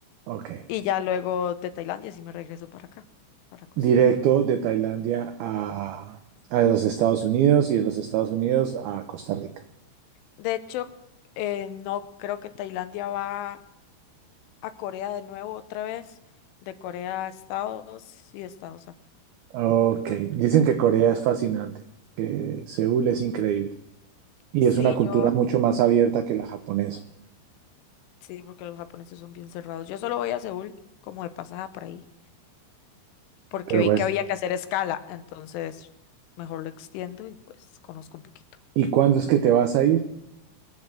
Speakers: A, on the right; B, on the left.
A: Ok.
B: Y ya luego de Tailandia sí me regreso para acá, para Costa
A: Directo
B: Rica.
A: de Tailandia a, a los Estados Unidos y de los Estados Unidos a Costa Rica.
B: De hecho, eh, no creo que Tailandia va a Corea de nuevo otra vez, de Corea a Estados y de Estados a,
A: Ok,
B: a Costa
A: dicen
B: Rica.
A: que Corea es fascinante, que Seúl es increíble y
B: Sí,
A: es una cultura
B: yo,
A: mucho más abierta que la japonesa.
B: sí, porque los japoneses son bien cerrados. Yo solo voy a Seúl como de pasada por ahí. porque
A: Pero
B: vi
A: pues,
B: que había que hacer escala, entonces mejor lo extiendo y pues conozco un poquito.
A: ¿y cuándo es que te vas a ir?